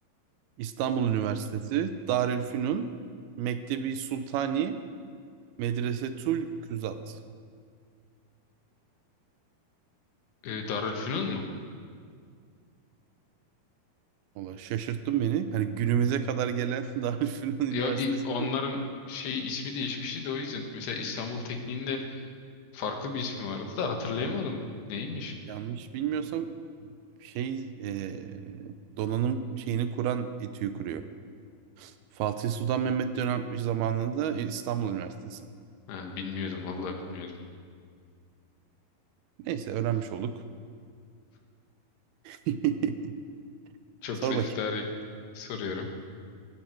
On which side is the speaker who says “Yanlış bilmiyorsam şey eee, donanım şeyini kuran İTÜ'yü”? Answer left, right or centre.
Right